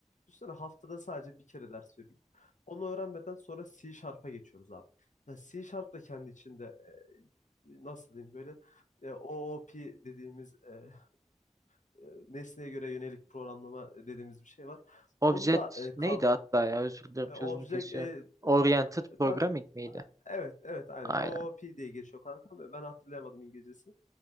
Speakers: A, on the left; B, on the right.
A: düşünsene haftada sadece bir kere ders veriyor. Onu öğrenmeden sonra C Sharp'a geçiyoruz abi. Yani C Sharp da kendi içinde e, nasıl diyeyim böyle e, OOP dediğimiz e, e, nesneye göre yönelik programlama dediğimiz bir şey var.
B: Object
A: Onu da e, ka-
B: neydi hatta ya özür dilerim
A: e,
B: sözünü
A: Object
B: kesiyor.
A: e,
B: Oriented Programming
A: kanka
B: miydi?
A: evet evet aynen
B: Aynen.
A: o P diye geçiyor kanka ve ben hatırlayamadım İngilizcesini.